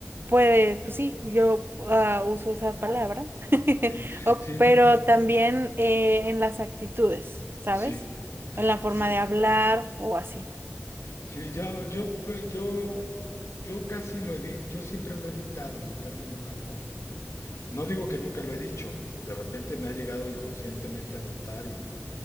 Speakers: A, on the right; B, on the left.
A: Pues, pues sí, yo ah, uso esa palabra, <laughs>
B: sí,
A: O-
B: sí,
A: pero
B: no,
A: también eh, en las actitudes, ¿sabes?
B: sí.
A: En la forma
B: Sí,
A: de hablar o así.
B: sí, yo, yo, pe- yo, yo casi lo evito, yo siempre lo he evitado el término naco. No digo que nunca lo he dicho, de repente me ha llegado inconscientemente a brotar y,